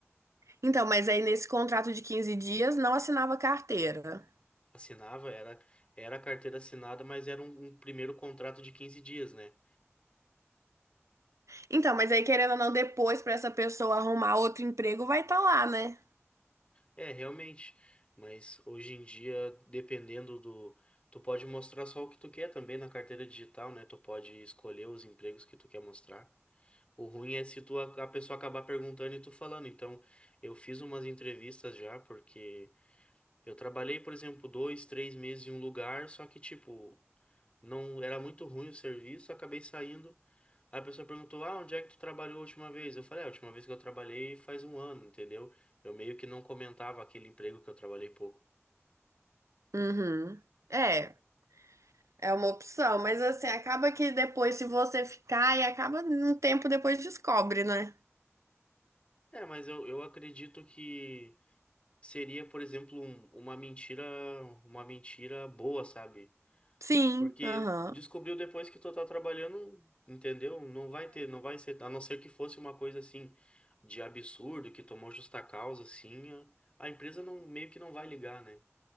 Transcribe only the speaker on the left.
Assinava, era, era a carteira assinada, mas era um, um primeiro contrato de 15 dias, né?
É, realmente. Mas hoje em dia, dependendo do. Tu pode mostrar só o que tu quer também na carteira digital, né? Tu pode escolher os empregos que tu quer mostrar. O ruim é se tu, a a pessoa acabar perguntando e tu falando. Então, eu fiz umas entrevistas já, porque eu trabalhei, por exemplo, dois, três meses em um lugar, só que, tipo, não era muito ruim o serviço, acabei saindo. Aí a pessoa perguntou, ah, onde é que tu trabalhou a última vez? Eu falei, "Ah, a última vez que eu trabalhei faz um ano, entendeu? Eu meio que não comentava aquele emprego que eu trabalhei pouco.
É, mas eu, eu acredito que seria, por exemplo, um- uma mentira, uma mentira boa, sabe?
Porque
descobriu depois que tu tá trabalhando, entendeu? Não vai ter, não vai ser, a não ser que fosse uma coisa assim de absurdo, que tomou justa causa, assim, a, a empresa não, meio que não vai ligar, né?